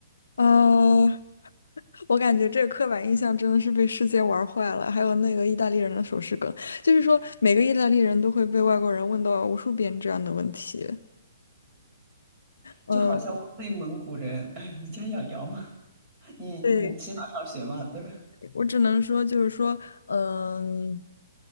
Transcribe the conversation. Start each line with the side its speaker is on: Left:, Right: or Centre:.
Left: 呃，我感觉这个刻板印象真的是被世界玩坏了，还有那个意大利人的手势梗，就是说每个意大利人都会被外国人问到无数遍这样的问题。嗯，
Right: 就好像问内蒙古人，哎，你家养羊吗？你你骑马上学吗？
Left: 对，
Right: 对吧？
Left: 我只能说就是说，嗯，